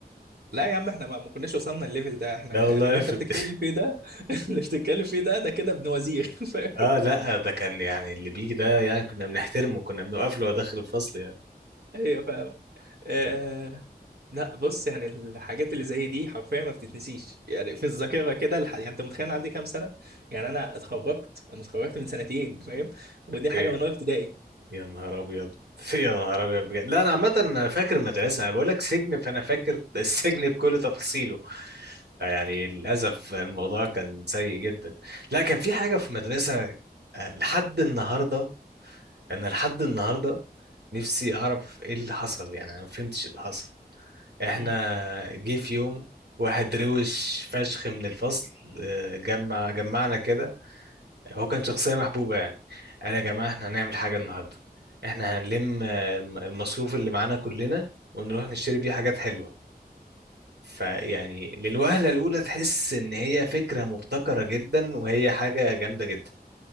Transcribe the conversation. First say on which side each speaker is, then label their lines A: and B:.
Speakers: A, on the right (about 70°); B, on the right (about 85°).
A: لا يا عم احنا ما, ما كناش وصلنا الليفل ده احنا
B: لا
A: يعني
B: والله
A: اللي انت
B: في
A: بتتكلم
B: بت... <laughs>
A: فيه ده <laughs> اللي بتتكلم فيه ده ده كده ابن وزير <laughs>
B: اه لا ده كان يعني اللي بيجي ده يعني كنا بنحترمه كنا بنوقف له وهو داخل الفصل يعني
A: ايوه فاهم آه...
B: اوكي
A: لا بص يعني الحاجات اللي زي دي حرفيا ما بتتنسيش يعني في الذاكره كده الح... يعني انت متخيل أنا عندي كام سنه يعني انا اتخرجت انا اتخرجت من سنتين فاهم ودي
B: أوكي.
A: حاجه من اولى ابتدائي
B: يا نهار ابيض <laughs> يا نهار ابيض بجد لا انا عامة انا فاكر المدرسة انا بقول لك سجن فانا فاكر السجن بكل تفاصيله يعني للأسف الموضوع كان سيء جدا لا كان في حاجة في المدرسة آه، لحد النهاردة أنا لحد النهاردة نفسي أعرف إيه اللي حصل يعني أنا ما فهمتش اللي حصل إحنا
A: <laughs>
B: جه في يوم واحد روش فشخ من الفصل آه، جمع جمعنا كده هو كان شخصية محبوبة يعني قال يا جماعة إحنا هنعمل حاجة النهاردة إحنا هنلم آه، المصروف اللي معانا كلنا ونروح نشتري بيه حاجات حلوة فيعني للوهلة الأولى تحس إن هي فكرة مبتكرة جدا وهي حاجة جامدة جدا